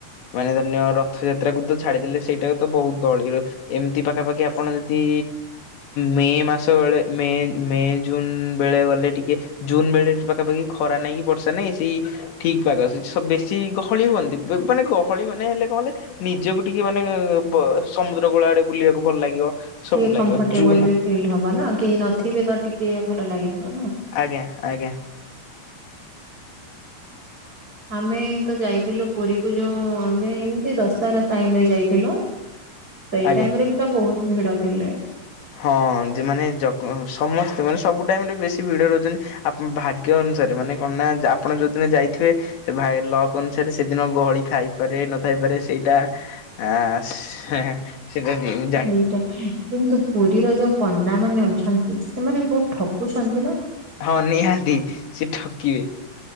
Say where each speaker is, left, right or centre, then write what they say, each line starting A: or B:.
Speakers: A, on the left; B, on the right.
A: ମାନେ ଧରିନିଅ ରଥଯାତ୍ରା କୁ ତ ଛାଡିଦେଲେ ସେଇଟାକୁ ତ ବହୁତ ଗହଳି ଏମିତି ପାଖାପାଖି ଆପଣ ଯଦି ମେ ମାସ ବେଳେ ମେ ମେ ଜୁନ ବେଳେ ଗଲେ ଟିକେ ଜୁନ ବେଳେ <unintelligible> ପାଖପାଖି ଖରା ନାହିଁ କି ବର୍ଷ୍ ଷା ନାଇଁ ସେଇ ଠିକ୍ ପାଗ ସେ ବେଶି ଗହଳି ହୁଅନ୍ତି ବା ମାନେ ଗହଳିମାନେ ହେଲେ କଣ ହେଲେ ନିଜକୁ ଟିକେ ମାନେ ବ ସମୁଦ୍ର କୂଳ ଆଡେ ବୁଲିବାକୁ ଭଲ ଲାଗିବ ସବୁ
B: ଟିକେ କମ୍ଫର୍ଟେବଲ
A: ଲାଗିବ ଜୁନୁ
B: ବି ଫିଲ୍ ହବ ନା କେହି ନଥିବେ ତ ଟିକେ ଭଲ ଲାଗିଥିବ ନା।
A: ଆଜ୍ଞା- ଆଜ୍ଞା।
B: ଆମେ ତ ଯାଇଥିଲୁ ପୁରୀ କୁ ଯଉ ଆମେ ଏମତି ଦଶହରା ଟାଇମ୍ ରେ ଯାଇଥିଲୁ ସେଇ
A: ଆଜ୍ଞା।
B: ଟାଇମ୍ ରେ ବି ତ ବହୁତ୍ ଭିଡ ଥିଲେ।
A: ହଁ ଯେ ମାନେ ଜଗ- ସମସ୍ତେ ମାନେ ସବୁ ଟାଇମ୍ ରେ ବେଶୀ ଭିଡ ରହୁଚନ୍ତି ଆପ- ଭାଗ୍ୟ ଅନୁସାରେ ମାନେ କଣ ନା ଯା- ଆପଣ ଯଉଦିନ ଯାଇଥିବେ ସେ ଭାଇ ଲକ୍ ଅନୁସାରେ ସେଦିନ ଗହଳି ଥାଇପାରେ ନଥାଇପାରେ ସେଇଟା ଆସ୍- ହେଁ -ହେଁ। <unintelligible>
B: ଏଇଟା କିନ୍ତୁ ପୁରୀର ଯଉ ପଣ୍ଡାମାନେ ଅଛନ୍ତି ସେମାନେ ବହୁତ୍ ଠକୁଚନ୍ତି ନା?
A: ହଁ ନିହାତି ସେ ଠକିବେ।